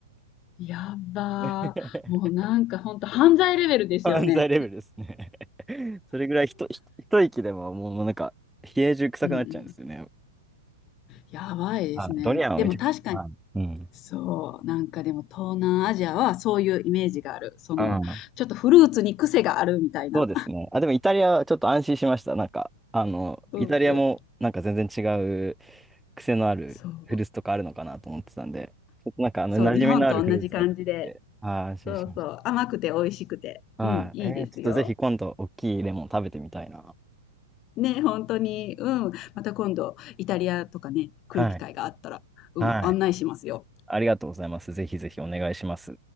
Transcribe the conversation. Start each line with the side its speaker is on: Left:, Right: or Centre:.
Left: やっばー。
Centre: <laughs>
Left: もうなんかほんと犯罪レベルですよね。
Centre: 犯罪レベルですね。<laughs> それぐらいひと、ひ一息でももうなんか、冷え中臭くなっちゃうんですよね。
Left: うんうん。やばいですね。
Centre: はい。ドリアンはめちゃくちゃ。
Left: でも確かに、
Centre: はい。うん。
Left: そう、なんかでも東南アジアはそういうイメージがある。その、
Centre: うん。
Left: ちょっとフルーツに癖があるみたいな。
Centre: そうですね。あ、でもイタリアはちょっと安心しました。なんか、あの、
Left: うんうん。
Centre: イタリアもなんか全然違う癖のあるフルーツとかあるのかなと思ってたんで、
Left: そう。
Centre: ちょっとなんかあの、
Left: そう、
Centre: 馴染みのあるフルーツが出てきて、
Left: 日本と同じ感じで。
Centre: あー安心しまし
Left: そうそう。甘くて美味しくて。
Centre: た。
Left: うん、
Centre: はい。
Left: いいですよ。
Centre: えー、ちょっとぜひ今度大きいレモン食べてみたいな。
Left: ね、本当に、うん。また今度、イタリアとかね、来る機会があったら、
Centre: はい。
Left: うん、
Centre: はい。
Left: 案内しますよ。
Centre: ありがとうございます。ぜひぜひお願いします。